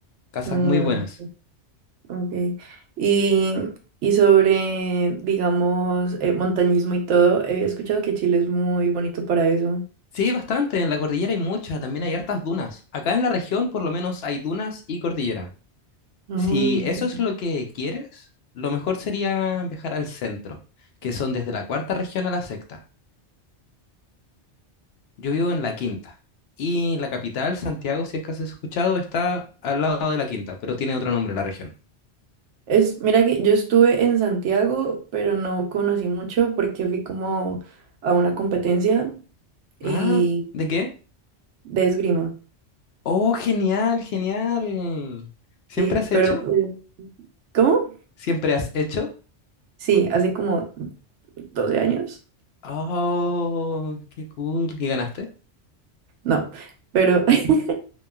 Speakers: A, on the left (about 65°); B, on the right (about 85°).
A: Casas
B: Mm.
A: muy buenas.
B: Ok. Y, y sobre, digamos, eh, montañismo y todo, he escuchado que Chile es muy bonito para eso.
A: Sí, bastante, en la cordillera hay muchas, también hay hartas dunas. Acá en la región por lo menos hay dunas y cordillera.
B: Ah,
A: Si eso
B: ok.
A: es lo que quieres, lo mejor sería viajar al centro, que son desde la cuarta región a la sexta. Yo vivo en la quinta. Y la capital, Santiago, si es que has escuchado, está al lado de la quinta, pero tiene otro nombre la región.
B: Es, mira que yo estuve en Santiago, pero no conocí mucho porque fui como a una competencia y
A: Ah, ¿de qué?
B: de esgrima.
A: Oh, genial, genial. ¿Siempre
B: Sí,
A: has
B: pero
A: hecho?
B: pues, ¿cómo?
A: ¿Siempre has hecho?
B: Sí, hace como 12 años.
A: Oh, qué cool. ¿Y ganaste?
B: No, pero <laughs>